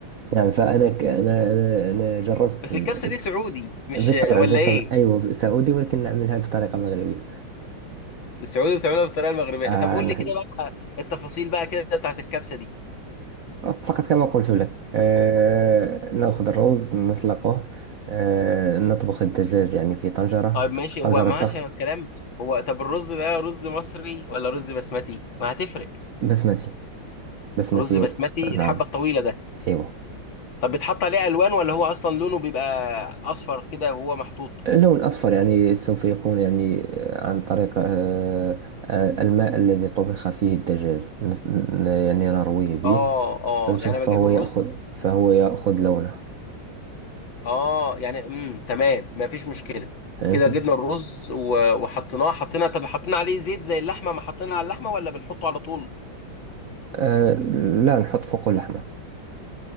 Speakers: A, on the right; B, on the left.
A: نعم فأنا ك- أنا أنا أنا جربت
B: بس
A: ال-
B: الكبسه دي سعودي مش
A: بالطبع
B: ولا
A: بالطبع
B: ايه
A: أيوة سعودي ولكن نعملها بطريقة مغربية
B: السعودي بتعملها بالطريقه المغربيه
A: آه
B: طب قول
A: نحن
B: لي كده بقى التفاصيل بقى كده بتاعت الكبسه دي
A: فقط كما قلت لك آه نأخذ الروز نسلقه آه نطبخ الدجاج يعني في طنجرة
B: طيب ماشي
A: طنجرة
B: هو ماشي
A: ضغط
B: الكلام هو طب الرز ده رز مصري ولا رز بسمتي ما هتفرق
A: بسمتي بسمتي
B: رز بسمتي الحبه
A: نعم
B: الطويله ده
A: أيوة
B: طب بتحط عليه الوان ولا هو اصلا لونه بيبقى اصفر كده وهو محطوط
A: اللون الأصفر يعني سوف يكون يعني عن طريق آه، آه، الماء الذي طبخ فيه الدجاج نس- ن- يعني نرويه به
B: اه اه
A: فنشوف
B: يعني أنا
A: فهو
B: بجيب الرز
A: يأخذ فهو يأخذ لونه
B: اه يعني امم تمام ما فيش مشكله
A: فهمتني؟
B: كده جبنا الرز و- وحطيناه حطينا طب حطينا عليه زيت زي اللحمه ما حطينا على اللحمه ولا بنحطه على طول
A: آه، لا نحط فوق اللحمة